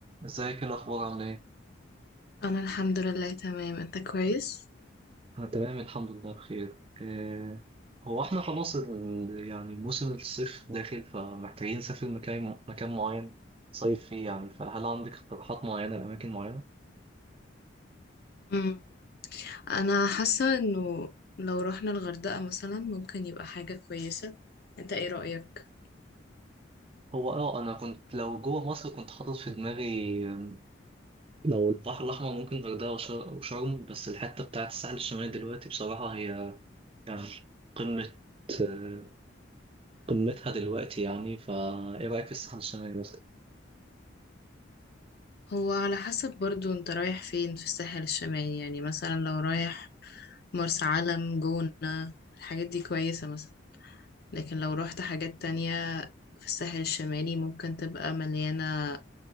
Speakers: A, on the right; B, on the left.
A: ازيك ايه الاخبار عامله ايه
B: انا الحمد لله تمام انت كويس
A: انا تمام الحمد لله بخير إيه هو احنا خلاص ال... يعني موسم الصيف داخل فمحتاجين نسافر مكان مكان معين صيف فيه يعني فهل عندك اقتراحات معينه لاماكن معينه
B: مم. انا حاسه انه لو رحنا الغردقه مثلا ممكن يبقى حاجه كويسه انت ايه رايك
A: هو اه انا كنت لو جوه مصر كنت حاطط في دماغي آم، لو البحر الاحمر ممكن غردقه وشر- وشرم بس الحته بتاعت الساحل الشمالي دلوقتي بصراحه هي يعني قمه آه، قمتها دلوقتي يعني فايه رايك في الساحل الشمالي مثلا
B: هو على حسب برضو انت رايح فين في الساحل الشمالي يعني مثلا لو رايح مرسى علم جونة الحاجات دي كويسه مثلا لكن لو رحت حاجات تانية في الساحل الشمالي ممكن تبقى مليانه